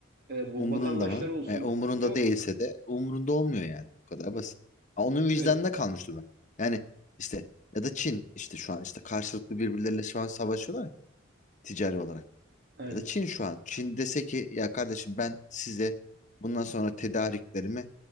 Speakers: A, on the right (about 50°); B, on the left (about 40°).
A: e, bu
B: Umurunda
A: vatandaşları
B: mı?
A: olsun.
B: E, umurunda
A: Yok.
B: değilse de umurunda olmuyor yani. Bu kadar basit. Ha, onun
A: Evet,
B: vicdanına kalmış durumda. Yani işte ya da Çin işte şu an işte karşılıklı birbirleriyle şu an savaşıyorlar ya, ticari olarak.
A: aynen,
B: Ya da Çin şu an. Çin dese ki ya kardeşim ben size bundan sonra tedariklerimi